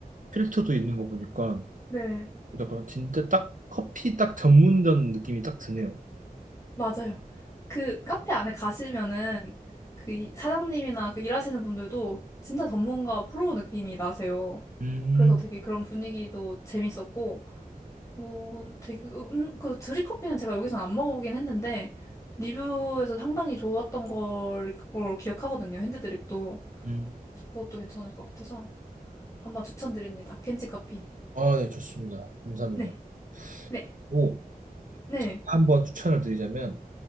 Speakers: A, on the right; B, on the left.
A: 필터도 있는 거 보니까
B: 네,
A: 약간 진짜 딱 커피 딱 전문점 느낌이 딱 드네요.
B: 맞아요. 그 카페 안에 가시면은 그 이- 사장님이나 그 일하시는 분들도 진짜 전문가 프로 느낌이 나세요.
A: 음,
B: 그래서 되게 그런 분위기도 재밌었고, 뭐 되게, 그, 음, 그 드립커피는 제가 여기서는 안 먹어보긴 했는데, 리뷰에서 상당히 좋았던 걸, 걸 기억하거든요. 핸드드립도.
A: 음.
B: 그래서 그것도 괜찮을 것 같아서. 한번 추천드립니다. 켄지 커피.
A: 아, 네, 좋습니다. 감사합니다.
B: 네, 네,
A: 그리고
B: 네.
A: 제가 한번 추천을 드리자면